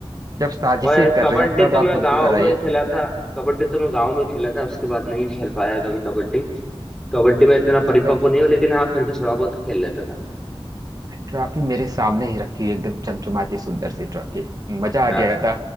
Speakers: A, on the right; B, in the centre.
A: जब साजिशें
B: और
A: कर
B: कबड्डी
A: रहे हो तब
B: तो
A: आप
B: मैं
A: उनको
B: गांव
A: हराइए
B: में खेला था कबड्डी तो मैं गांव में खेला था उसके बाद नहीं खेल पाया कभी कबड्डी कबड्डी में इतना परिपक्व
A: तो क-
B: नहीं हूँ लेकिन हाँ फिर भी थोड़ा बहुत खेल लेता था
A: ट्रॉफी मेरे सामने ही रखी हुई एकदम चमचमाती सुंदर सी ट्रॉफी मजा आ
B: हाँ,
A: गया था